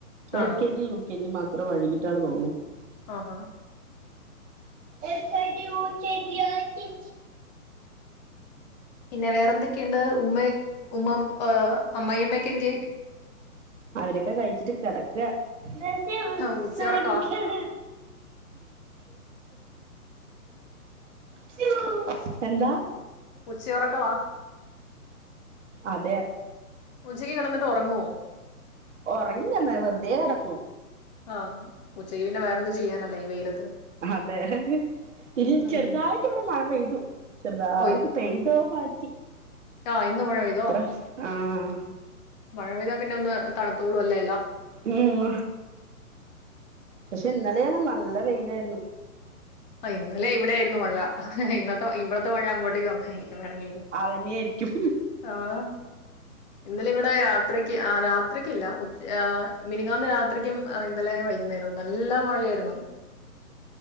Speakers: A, on the right (about 50°); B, on the left (about 30°).
A: എൽ
B: ആണോ
A: K G U K G മാ എത്ര വഴകിട്ടാണ് തോന്നുന്നു
B: ആഹ് ആഹ്
A: എൾക്കെ ജി യുകെജി ചെയ ജ <unintelligible>
B: പിന്നെ വേറെൻ ഉമ്മ ഏഹ് അമ്മായിയമ്മക്കെ- ന്ത്യെ?
A: അവരൊക്കെ കഴിച്ചിട്ട് കിടക്കുക ഹ്
B: ആ, ഉച്ചയുറക്കവാ
A: ഹ് <unintelligible> എന്താ?
B: ഉച്ചയുറക്കവാ
A: അതെ
B: ഉച്ചയ്ക്ക് കെടന്നിട്ട് ഒറങ്ങോ? <inaudible>
A: ഉറങ്ങി ഇല വെറുതെ കിടക്കൂ
B: ആഹ് ഉച്ചയ്ക്ക് പിന്നെ വേറെൊന്ത് ചെയ്യാനല്ലേ ഈ വെയില
A: അതെ ഇനി
B: ഉം
A: ചെറുതായിട്ട് ഇവിടെ മഴ പെയ്തു ചെറുതായിട്ട്
B: ഓ ഇ-
A: പെയ്തോ മാറ്റി
B: ആ ഇന്ന് മഴ പെയ്തോ
A: അത്ര ആ ആ
B: മഴ പെയ്താ പിന്നെ ഒന്ന് തണുത്തോളൂ ല്ല എല്ലാം
A: ഉം പക്ഷെ ഇന്നലെയാണ് നല്ല വെയിലായിരുന്നു.
B: അയിന്ദ ലെ ഇവിടെയായിരുന്നു മഴ. ഇന്നത്തെ ഇവിടത്തെ മഴ അങ്ങോട്ടേക്ക് വന്നതായിരിക്കും വേണെങ്കില്
A: അതന്നെയായിരിക്കും
B: ആഹ് ഇന്നലെ ഇവിടെ രാത്രിക്ക്, ആഹ് രാത്രിരിക്കില്ല. ഉച് ഏഹ് മിനങ്ങാന്ന് രാത്രിക്കും ഇന്നലെ വൈകുന്നേരും നല്ല മഴയായിരുന്നു.